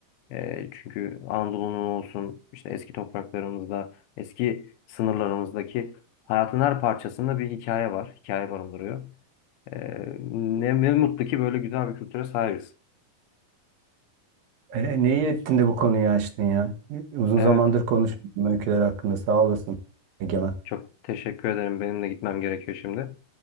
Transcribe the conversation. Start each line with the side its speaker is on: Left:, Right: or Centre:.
Left: E, çünkü Anadolu'nun olsun işte eski topraklarımızda, eski sınırlarımızdaki hayatın her parçasında bir hikaye var. Hikaye barındırıyor. E, ne, ne mutlu ki böyle güzel bir kültüre sahibiz.
Right: E, neyi ettin de bu konuyu açtın ya? Uzun
Left: Evet,
Right: zamandır konuşmuyordum öyküler hakkında. Sağ olasın Egemen.
Left: çok teşekkür ederim. Benim de gitmem gerekiyor şimdi.